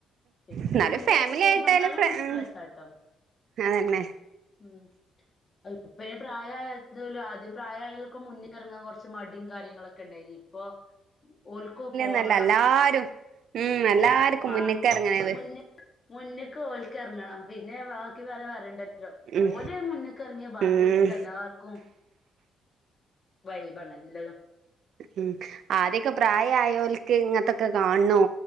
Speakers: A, on the left; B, on the right.
A: പിന്നെ
B: എന്നാലും ഫാമിലി
A: ആയിട്ട് പോകുമ്പോ
B: ആയിട്ടാലും
A: എന്നാലും
B: ഫ്ര ഉം
A: രസാട്ടോ
B: അതന്നെ
A: ഉം ഇപ്പന് പ്രായല്ല ആദ്യം പ്രായായൊക്കെ മുന്നിൽ ഇറങ്ങാൻ കുറച്ച് മടിയും കാര്യങ്ങളൊക്കെ ഉണ്ടായിന് പ്പൊ ഓൽക്കും പോവണം
B: ന്നല്ല എല്ലാരും ഉം എല്ലാർക്കും
A: ആഹ്
B: മുന്ന്ക്ക് എറങ്ങണത്
A: മുന്ന മുന്ന്ക്ക് ഓൽക്കെറങ്ങണം പിന്നെ ബാക്കി പറയാൻ പറയണ്ടല്ലോ ലോ
B: ഉം
A: ഓല് മുന്ന്ക്കെറങ്ങിയ ബാക്കിയൊക്കെ
B: ഉം
A: എല്ലാർക്കും വൈബാണ് എല്ലതും
B: ഉം ആദ്യൊക്കെ പ്രായായോൽക്ക് ഇങ്ങത്തൊക്കെ കാണോ